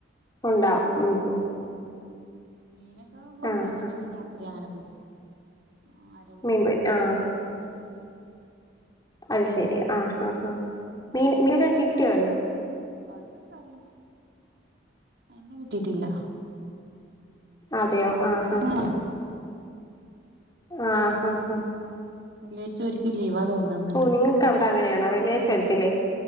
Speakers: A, on the left; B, on the right.
A: ഉണ്ടാവും ഉം
B: മീനൊക്കെആവുമ്പോ
A: ആ
B: മീന്
A: ഹാ
B: പിന്നെ രാത്രി അങ്ങനെ പൊരിക്കും. ആ അരവ്
A: മീൻ
B: തേച്ച്
A: പൊരി
B: വെച്ചിട്ട്
A: ആ
B: പിന്നെ രാത്രി പൊരിക്കും.
A: അത് ശെരി ആ ഹാ ഹ മീൻ മിനന്നെ കിട്ടിയോ ഇന്ന്?
B: ബാക്കി കറിം ഇന്ന് കിട്ടിട്ടില്ല.
A: അതെയോ ആ ഹാ
B: ഇന്ന്
A: ഹാ. ആഹ ഹാ ഹാ.
B: വെള്ളിയച്ച ഓര്ക്ക് ലീവാ തോന്നുന്നുണ്ട്.
A: ഓ നിങ്ങൾക്ക് അവിടെ അങ്ങനെയാണോ വെള്ളിയാഴച വരത്തില്ലേ?